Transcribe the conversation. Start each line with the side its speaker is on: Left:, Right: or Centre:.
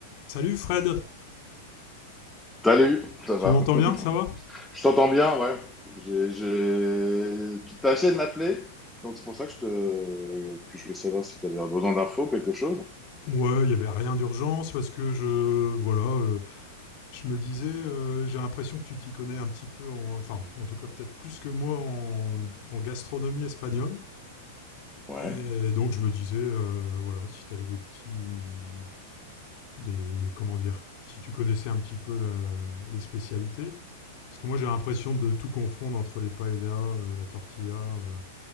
Left: Salut Fred,
Centre: Salut, ça
Left: tu
Centre: va.
Left: m'entends
Centre: <laughs>
Left: bien, ça va
Centre: Je t'entends bien, ouais. J'ai, j'ai... Tu t'as essayé de m'appeler, donc c'est pour ça que je te... que je voulais savoir si tu avais besoin d'infos, quelque chose.
Left: Ouais, il y avait rien d'urgence parce que je voilà, euh, je me disais euh, j'ai l'impression que tu t'y connais un petit peu en enfin en tout cas peut-être plus que moi en, en gastronomie espagnole
Centre: Ouais.
Left: et donc je me disais euh, voilà, si tu avais des petits des comment dire, si tu connaissais un petit peu la- les spécialités parce que moi j'ai l'impression de tout confondre entre les paellas, euh, la tortilla, euh,